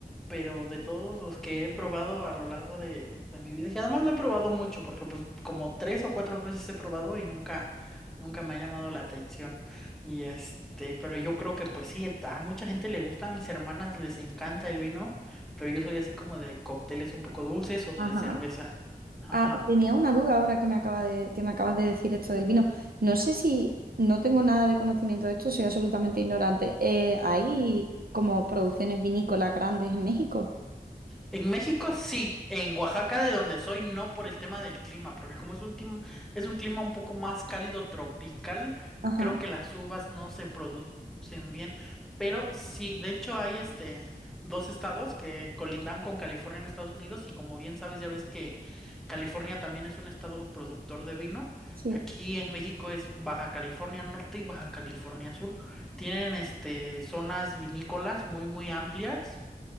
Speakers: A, in the centre; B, on the right (about 65°).
A: pero de todos los que he probado a lo largo de, de mi vida, y además no he probado mucho, porque pues como tres o cuatro veces he probado y nunca, nunca me ha llamado la atención. Y este, pero yo creo que pues sí, a mucha gente le gusta, a mis hermanas les encanta el vino, pero yo soy así como de cócteles un poco dulces o de
B: Ajá.
A: cerveza. Ajá.
B: Ah, tenía una duda ahora que me acaba de, que me acabas de decir esto del vino. No sé si no tengo nada de conocimiento de esto, soy absolutamente ignorante. Eh, ¿hay como producciones vinícolas grandes en México?
A: En México sí, en Oaxaca de donde soy no por el tema del clima, porque como es un tim- es un clima un poco más cálido tropical,
B: Ajá,
A: creo que las uvas no se producen bien, pero sí, de hecho hay este dos estados que colindan con California en Estados Unidos y como bien sabes ya ves que California también es un estado productor de vino.
B: sí.
A: Aquí en México es Baja California Norte y Baja California Sur. Tienen este zonas vinícolas muy muy amplias